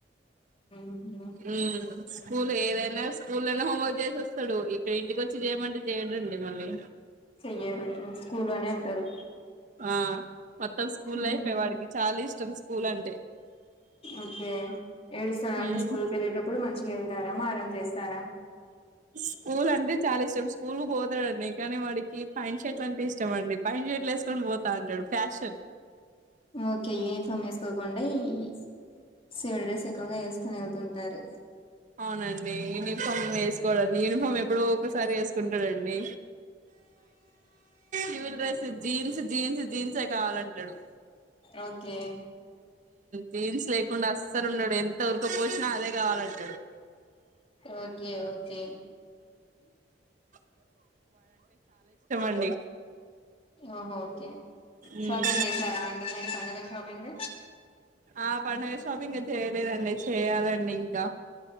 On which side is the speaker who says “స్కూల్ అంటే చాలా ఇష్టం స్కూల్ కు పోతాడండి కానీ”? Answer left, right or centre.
Right